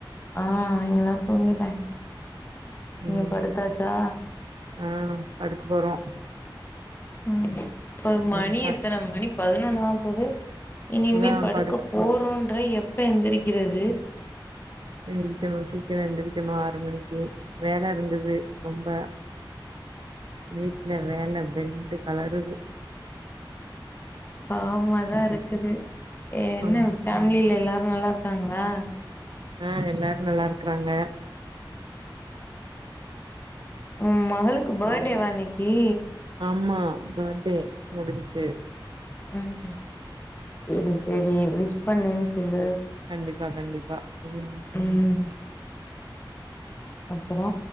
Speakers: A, on the left (about 25°); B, on the right (about 65°).
A: ஆ அவிங்கெல்லா தூங்கிட்டாய்ங்க
B: சேரி
A: நீங்க படுத்தாச்சா
B: ஆ படுக்க போறோ
A: ம் இப்ப மணி
B: ம் த
A: எத்தன மணி பதினொன்னு ஆவப்போது இனிமே
B: அதா
A: படுக்க
B: படுக்
A: போறோன் எப்ப எந்திரிக்கறது
B: எந்திரிக்கணு சீக்கர எந்திரி இருக்கணு ஆறு மணிக்கு வேல இருந்தது ரொம்ப வீட்டுல வேல பெண்டு கலருது.
A: பாவமாதான் இருக்குது என்ன
B: ஆமா
A: ஃபேமிலில எல்லாரு நல்லா இருக்காங்களா.
B: ஆஹ் எல்லாரும் நல்லா இருக்றாங்க.
A: ம் மகளுக்கு பர்த்டேவன்னைக்கி.
B: அம்மா பர்டே. முடிஞ்சு.
A: உஹம். செரி செரி விஸ் பண்ணேன்னு சொல்லு.
B: கண்டிப்பா கண்டிப்பா உம்.
A: ம் அப்புறோ